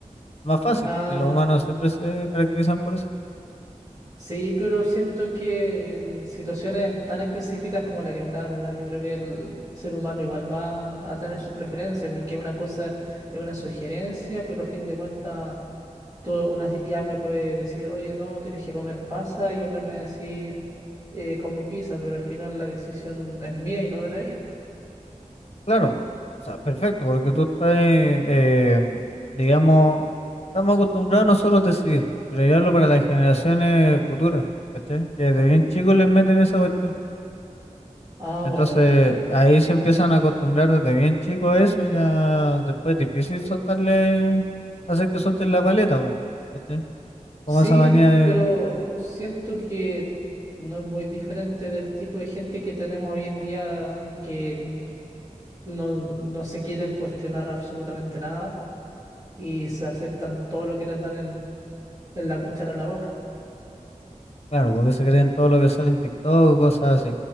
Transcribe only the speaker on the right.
Ah,
sí, pero siento que en situaciones tan específicas como la que me acabas de dar, yo creo que el ser humano igual va a tener su preferencia, porque una cosa es una sugerencia, pero a fin de cuentas Tú, una si- ya me puede decir, oye, no, tienes que comer pasa, y otra me va a decir, eh, come pizza, pero al final la decisión es mía y no de la IA.
Ah,
bueno, y
sí,
pero siento que no es muy diferente del tipo de gente que tenemos hoy en día que no, no se quieren cuestionar absolutamente nada y se aceptan todo lo que les dan en, en la cuchara en la boca.